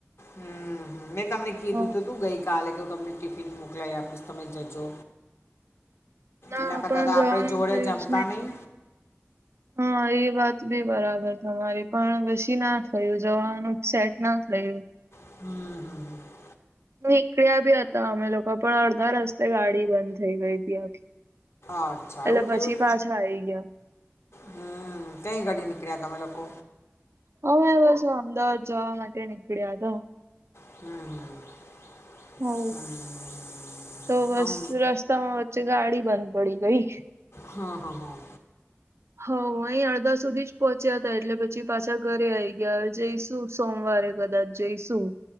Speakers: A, on the left; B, on the right.
A: હમ મેં તમને કીધું
B: હ
A: તું તું ગઈ કાલે કે હ તમને ટિફિન મોકલાઈ આપીશ તમે જજો.
B: ના
A: એના કરતા
B: પણ
A: તો
B: જવાનું
A: આપડે જોડે
B: થયું
A: જમતા
B: જ
A: નહી.
B: <inaudible> હા એ વાત બી બરાબર તમારી પણ પછી ના થયું જવાનું સેટ ના થયું.
A: હમમ
B: નીકળ્યા બી હતા અમે લોકો પણ અડધા રસ્તે ગાડી બંધ થઈ ગઈ હતી.
A: અચ્છા
B: એટલે
A: એવું
B: પછી
A: થયું
B: પાછા આવી ગયા.
A: હમ કઈ ઘડી નીકળ્યા તમે લોકો?
B: હમે બસ અમદાવાદ જવા માટે નીકળ્યા ત
A: હમ હમ
B: હ એ
A: હમ
B: તો બસ
A: આમ
B: રસ રસ્તામાં વચ્ચે ગાડી બંધ પડી ગઈ.
A: હા હા હા
B: હ અહી અડધા સુધી જ પહોંચ્યા હતા, એટલે પછી પાછા ઘરે આવીઈ ગયા જઈશું. સોમવારે કદાચ જઈશું